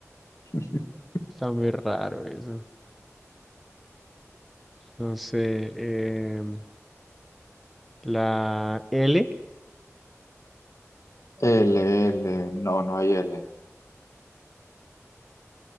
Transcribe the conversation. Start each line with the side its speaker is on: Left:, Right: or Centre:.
Left: <laughs>
Centre: <laughs> Está muy raro eso. No sé. em, la L.
Left: L, L, no, no hay L.